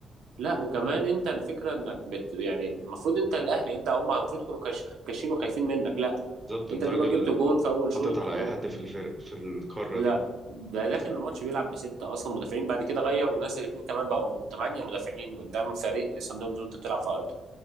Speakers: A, on the right (about 85°); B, on the right (about 20°).
A: لا وكمان انت الفكرة انك بت يعني المفروض انت الاهلي انت هم المفروض يكونوا كاش- كاشين وخايفين منك لا
B: بالظبط
A: انت
B: انت
A: دوبك
B: راجل
A: جبت جون في اول شوط
B: حاطط على اي حد في الفرق في القاره
A: ولا
B: دي
A: ده داخل الماتش بيلعب بستة اصلا مدافعين بعد كده غير ونزل اتنين كمان بقوا م- تمانية مدافعين قدام فريق صن داونز وانت بتلعب في ارضك